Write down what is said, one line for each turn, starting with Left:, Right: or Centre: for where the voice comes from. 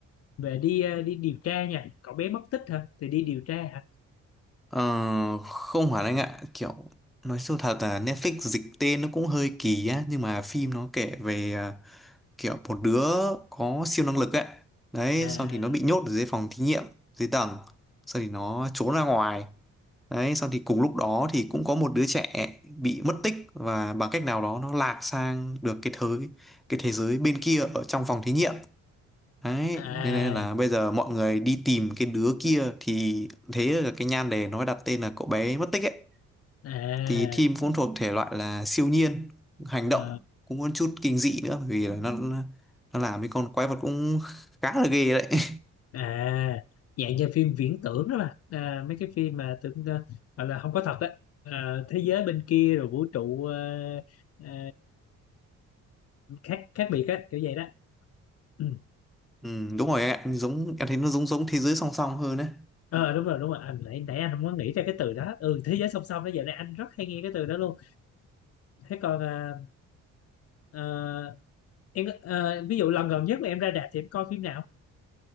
Left: về đi ờ, đi điều tra nha cậu bé mất tích hả thì đi điều tra hả
Centre: Ờ, không hẳn anh ạ kiểu nói sâu thật là Netflix dịch tên nó cũng hơi kỳ á nhưng mà phim nó kể về à, kiểu một đứa có siêu năng lực ấy đấy
Left: à
Centre: xong thì nó bị nhốt ở dưới phòng thí nghiệm dưới tầng xong thì nó trốn ra ngoài đấy xong thì cùng lúc đó thì cũng có một đứa trẻ bị mất tích và bằng cách nào đó nó lạc sang được cái thế cái thế giới bên kia ở trong phòng thí nghiệm Đấy,
Left: à
Centre: nên nên là bây giờ mọi người đi tìm cái đứa kia thì thế là cái nhan đề nó mới đặt tên là cậu bé mất tích ấy.
Left: à
Centre: Thì Thim cũng thuộc thể loại là siêu nhiên, hành động
Left: ờ,
Centre: cũng có chút kinh dị nữa bởi vì là nó nó làm cái con quái vật cũng khá là ghê đấy. <laughs>
Left: à dạng như phim viễn tưởng đó mà à, mấy cái phim mà tưởng ờ, gọi là không có thật đấy à, thế giới bên kia rồi vũ trụ ờ, ờ, khác khác biệt á kiểu vậy đó ừ.
Centre: Ừ, đúng rồi em ạ, giống em thấy nó giống giống thế giới song song hơn đấy.
Left: ờ đúng rồi đúng rồi anh nãy nãy anh không có nghĩ ra cái từ đó ừ thế giới song song đó giờ này anh rất hay nghe cái từ đó luôn thế còn ờ, ờ, em có- ờ, ví dụ lần gần nhất mà em ra rạp thì em coi phim nào